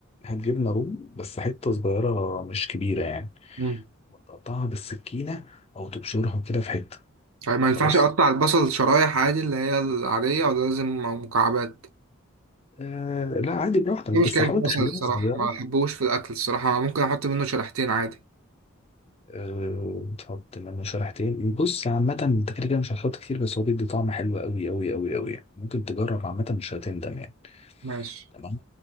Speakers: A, on the left; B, on the right.
A: هات جبنه رومي بس حته صغيره مش كبيره يعني
B: مم.
A: وتقطعها بالسكينه او تبشرها كده في حته
B: طيب ما
A: خلاص
B: ينفعش اقطع البصل شرايح عادي اللي هي العادية ولا لازم مكعبات؟
A: آه لا عادي براحتك
B: دي
A: بس
B: مشكلة
A: حاول
B: في البصل
A: تخليها
B: الصراحة
A: صغيره
B: ما بحبوش في الأكل الصراحة ممكن أحط منه شريحتين عادي
A: آه تحط منها شريحتين بص عامه انت كده كده مش هتحط كتير بس هو بيدي طعم حلو قوي قوي قوي قوي يعني ممكن تجرب عامه مش هتندم يعني
B: ماشي
A: تمام